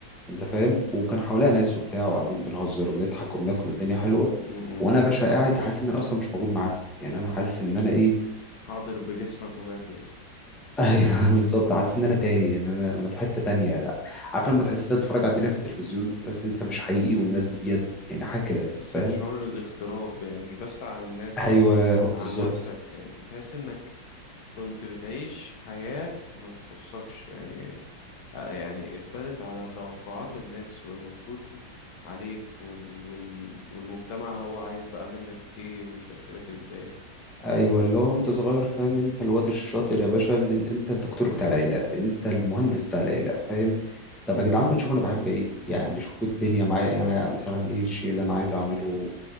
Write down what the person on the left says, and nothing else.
م- م-
م.
حاضر بجسمك وغايب باسمك
مم.
مم.
تحس
بشعور الاغتراب يعني مش بس عن الناس
عن نفسك يعني بتحس انك كنت بتعيش حياة ما تخصكش يعني آه، يعني اتبنت على توقعات الناس والمفروض عليك وال... وال... والمجتمع هو عايز بقى منك ايه ويشكلك ازاي
مم.